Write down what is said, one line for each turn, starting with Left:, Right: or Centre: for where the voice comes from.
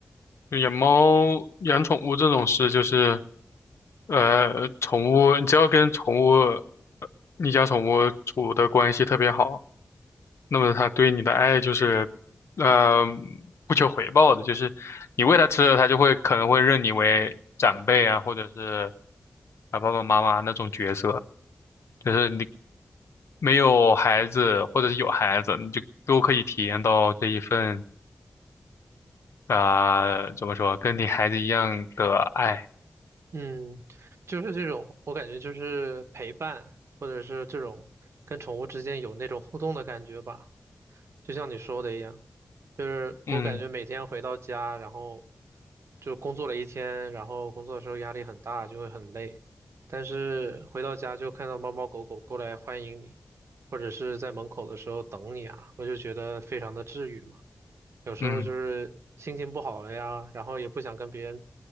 Left: 养猫养宠物这种事就是，呃，宠物你只要跟宠物，呃你家宠物处的关系特别好。那么他对你的爱就是，呃，不求回报的，就是你喂他吃了，他就会可能会认你为长辈啊，或者是啊爸爸妈妈那种角色。就是你没有孩子，或者是有孩子，你就都可以体验到这一份啊、怎么说，跟你孩子一样的爱。
Right: 嗯，就是这种，我感觉就是陪伴，或者是这种跟宠物之间有那种互动的感觉吧。就像你说的一样，就是我感觉每天回到家，
Left: 嗯
Right: 然后就工作了一天，然后工作的时候压力很大，就会很累。但是回到家就看到猫猫狗狗过来欢迎你，或者是在门口的时候等你啊，我就觉得非常的治愈嘛。有时候就是心情不好了呀，
Left: 嗯
Right: 然后也不想跟别人